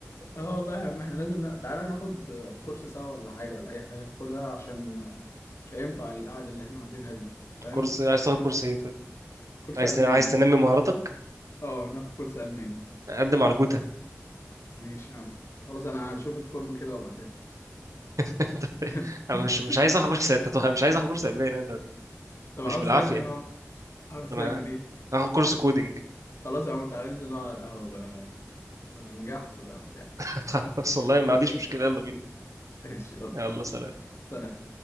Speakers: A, on the left; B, on the right.
A: اه والله يا عم احنا لازم لا تعالى ناخد كورس سوا ولا حاجه ولا اي حاجه ناخدها عشان مش هينفع القعده اللي احنا قاعدينها دي فاهم
B: كورس عايز تاخد كورس ايه طيب
A: كورس
B: عايز
A: الماني
B: تن... عايز تنمي مهاراتك
A: اه ناخد كورس الماني
B: قدم على جوتا
A: ماشي يا عم خلاص انا هشوف الفورم كده وابعتها لك
B: <laughs>
A: <laughs>
B: انا مش مش عايز اخد كورس تتوخ... مش عايز اخد كورس الماني انا
A: طب
B: مش
A: عاوز
B: بالعافيه
A: تعمل ايه يا عمرو عاوز
B: انا
A: تعمل ايه
B: هاخد كورس كودينج
A: خلاص يا عمرو تعالى ننزل نقعد على القهوه بلا بلا نجاح بلا بتاع
B: <laughs> خلاص والله
A: <laughs>
B: ما عنديش مشكله يلا بينا
A: ماشي يلا
B: يلا سلام
A: سلام